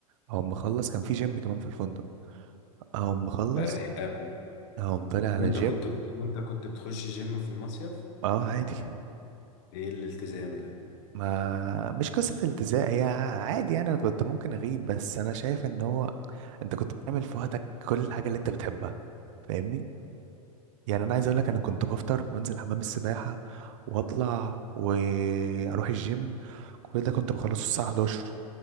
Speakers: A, on the right (about 55°); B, on the left (about 50°).
A: اقوم مخلص كان في جيم كمان في الفندق اقوم مخلص
B: رايق قوي
A: اقوم طالع على
B: وانت
A: الجيم
B: كنت وانت كنت بتخش جيم في المصيف
A: اه عادي
B: ايه الالتزام ده
A: ما مش قصة التزام هي عادي يعني انا كنت ممكن اغيب بس انا شايف ان هو انت كنت بتعمل في وقتك كل الحاجة اللي انت بتحبها فاهمني يعني انا عايز اقول لك انا كنت بفطر وانزل حمام السباحة واطلع واروح الجيم كل ده كنت بخلصه الساعة 11